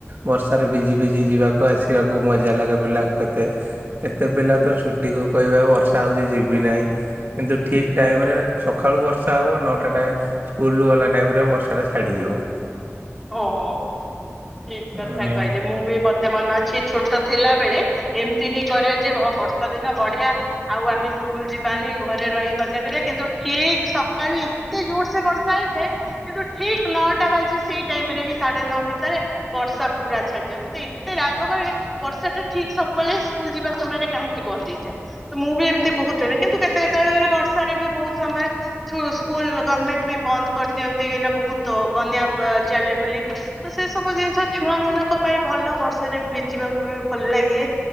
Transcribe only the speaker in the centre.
ହଁ ଅଁ ଠିକ୍
କଥା କହିଲେ ମୁଁ ବି ମତେ ମନ ଅଛି ଛୋଟ ଥିଲା ବେଳେ ଏମ୍‌ତି ହି କରେ ଯେ ଭ ବର୍ଷା ଦିନ ବଢିଆ। ଆଉ ଆମେ ସ୍କୁଲ ଯିବାନି ଘରେ ରହି ମଜା କରିଆ କିନ୍ତୁ ଠିକ୍ ସକାଳୁ ଇତେ ଜୋର ସେ ବର୍ଷା ହେଇଥାଏ କିନ୍ତୁ ଠିକ୍ ନଅଟା ବାଜି ସେଇ ଟାଇମ୍ ରେ ହି ସାଢେ ନଅ ଭିତରେ ବର୍ଷା ପୁରା ଛାଡ଼ିଯିଅ ମତେ ଏତେ ରାଗ ମାଡ଼େ। ବର୍ଷା ଟା ଠିକ୍ ସବ୍‌ବେଳେ ସ୍କୁଲ ଯିବା ସମୟରେ କାହିଁକି ବନ୍ଦ ହେଇଯାଏ? ତ ମୁଁ ବି ଏମ୍ ତି ବହୁତ ଟେଣେ କିନ୍ତୁ କେତେ କେତେବେଳେ ବର୍ଷାରେ ବି ବହୁତ ସମୟ ଠୁ ସ୍କୁଲ ଗଭ୍ ମେଣ୍ଟ ବି ବନ୍ଦ କର୍ ଦିଅନ୍ତି ଏନା ବହୁତ ବନ୍ୟା ବ ଚାଲେ ବୋଲି। ତ ସେ ସବୁ ଜିନିଷ ଛୁଆ ମାନଙ୍କ ପାଇଁ ଭଲ ବର୍ଷାରେ ଭିଜିବାକୁ ବି ଭଲ ଲାଗେ।